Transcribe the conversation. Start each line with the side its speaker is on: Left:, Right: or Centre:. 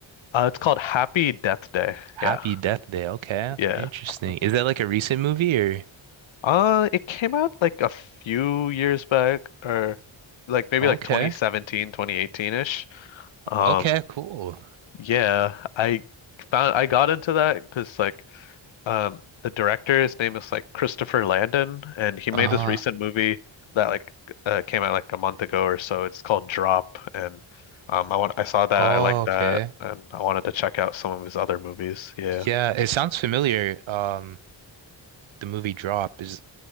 Left: Uh, it's called Happy Death Day.
Right: Happy
Left: Yeah,
Right: Death Day. Okay,
Left: yeah.
Right: interesting.
Left: Mhm.
Right: Is that like a recent movie or?
Left: Uh, it came out like a few years back, or like maybe
Right: Okay,
Left: like twenty seventeen, twenty eighteen ish Um,
Right: okay, cool.
Left: yeah, I found I got into that because like um the director, his name is like Christopher Landon, and he
Right: Uh,
Left: made this recent movie that like uh, came out like a month ago or so. It's called Drop, and um, I want I saw that
Right: oh,
Left: I liked
Right: okay.
Left: that, and I wanted to check out some of his other movies. Yeah.
Right: Yeah, it sounds familiar. Um, the movie Drop is.